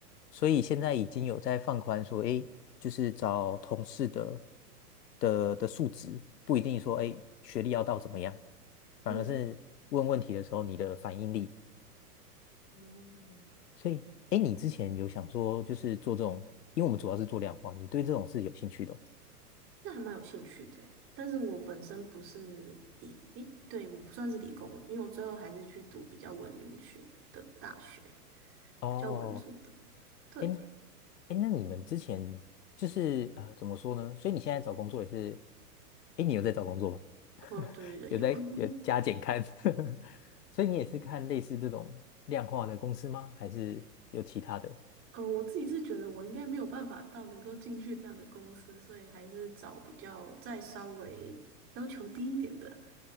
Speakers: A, on the left; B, on the right.
A: 所以现在已经有在放宽说，哎，就是找同事的的的数值，不一定说哎学历要到怎么样，反而是问问题的时候你的反应力。
B: 嗯。哦，
A: 所以，哎，你之前有想说就是做这种，因为我们主要是做量化，你对这种是有兴趣的
B: 这还蛮有兴趣的欸但是我本身不是理，诶，对，我不算是理工，因为我最后还是去读比较文学的大学，
A: 哦。
B: 比较文组的。对，
A: 哎哎，那你们之前就是呃，怎么说呢？所以你现在找工作也是，哎，你有在找工作吗？<laughs>
B: 哦，对对对，
A: 有在有加减看，
B: 有，<laughs>
A: <laughs> 所以你也是看类似这种量化的公司吗？还是有其他的？
B: 呃，我自己是觉得我应该没有办法到能够进去这样的公司，所以还是找比较再稍微要求低一点的。